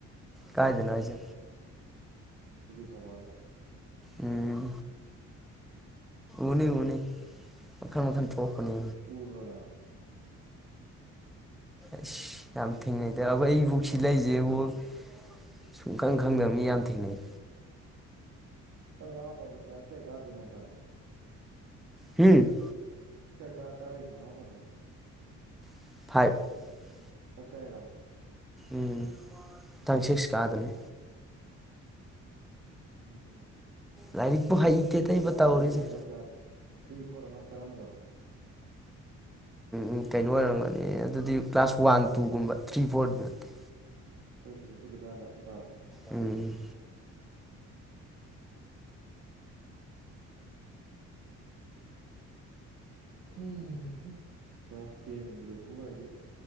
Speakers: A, in the centre; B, on the right.
A: ꯀꯥꯏꯗꯅꯖꯦ
B: ꯆꯧꯋꯥꯜꯗ
A: ꯎꯝ ꯎꯅꯤ-ꯎꯅꯤ ꯃꯈꯟ-ꯃꯈꯟ ꯊꯣꯛꯄꯅꯦ꯫
B: ꯎꯗ꯭ꯔꯣ ꯅꯪ꯫
A: ꯑꯁ ꯌꯥꯝ ꯊꯦꯡꯅꯩꯗꯕ ꯑꯩꯕꯨꯛꯁꯤ ꯂꯩꯏꯁꯦꯕꯨꯛ ꯁꯨꯡꯈꯪ ꯈꯪꯗꯕ ꯃꯤ ꯌꯥꯝ ꯊꯦꯡꯅꯩ
B: ꯑ ꯂ ꯄ ꯑꯗꯨ ꯀ꯭ꯂꯥꯁ ꯀꯌ ꯀꯥꯗꯨꯅꯣꯇ
A: ꯎꯝ <unintelligible>
B: ꯀꯥꯏ ꯀꯥꯔꯤꯅꯣ ꯅꯅꯥꯎꯄꯥꯗꯣ꯫
A: ꯐꯥꯏꯚ꯫
B: ꯍ <unintelligible> ꯀꯥꯏꯔꯣ
A: ꯎꯝ ꯊꯪ ꯁꯤꯛꯁ ꯀꯥꯗꫭꯏꯅꯦ꯫
B: ꯅꯨꯡꯕꯄ ꯅꯨꯁꯤ
A: ꯂꯥꯏꯔꯤꯛꯄꯨ ꯍꯩꯇꯦꯗ ꯑꯩꯕꯨ ꯇꯧꯔꯤꯁꯦ꯫
B: ꯅꯠꯇ꯭ꯔꯣ ꯀ꯭ꯂꯥꯁ ꯊ꯭ꯔꯤ ꯐꯣꯔꯔ ꯃꯥ ꯀꯔꯝꯕꯅꫭ꯫
A: ꯎꯝ ꯀꯩꯅꯣ ꯑꯣꯏꯔꯝꯒꯅꯤ ꯑꯗꯨꯗꯤ ꯀ꯭ꯂꯥꯁ ꯋꯥꯟ ꯇꯨꯒꯨꯝꯕ ꯊ꯭ꯔꯤ ꯐꯣꯔꯗꯨ ꯅꯠꯇꯦ꯫
B: ꯎꯝ ꯈꯣꯏ ꯇꯨꯏꯁꯟ ꯆꯠꯂꯀꯥꯟꯗ ꯑꫭꯖꯥ
A: ꯎꯝ
B: ꯎ <inaudible> <unintelligible> ꯀ꯭ꯂꯥꯁ ꯇꯦꯟ ꯂꯣꯕꯒꯥꯏꯖꯦ